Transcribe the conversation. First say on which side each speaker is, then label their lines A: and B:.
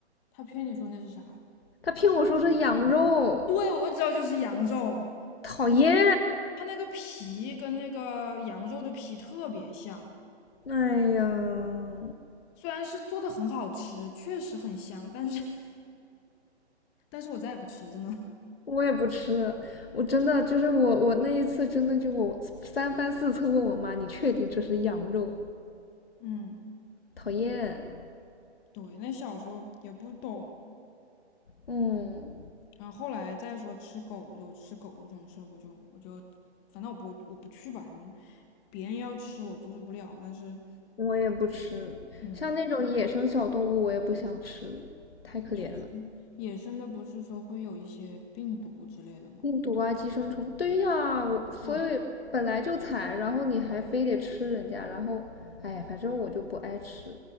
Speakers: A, on the left (about 20°); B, on the left (about 60°).
A: 他骗你说那是啥？
B: 他骗我说是羊肉，
A: 对，我就知道就是羊肉，
B: 讨厌。
A: 它那个皮跟那个羊肉的皮特别像。
B: 哎呀，
A: 虽然是做的很好吃，确实很香，但是 <laughs> 但是我再也不吃了，真的。
B: 我也不吃，我真的就是我我那一次真的就我三番四次问我妈，你确定这是羊肉？
A: 嗯，
B: 讨厌。
A: 对，那小时候也不懂，
B: 嗯，
A: 然后后来再说吃狗肉、吃狗肉这种事儿，我就我就反正我不我不去吧，你别人要吃我阻止不了，但是
B: 我也不吃，
A: 嗯，
B: 像那种野生小动物我也不想吃，太可怜了。
A: 野生野生的不是说会有一些病毒之类的吗？
B: 病毒啊，寄生虫，对呀，我所以本来就惨，
A: 哇，
B: 然后你还非得吃人家，然后，哎，反正我就不爱吃。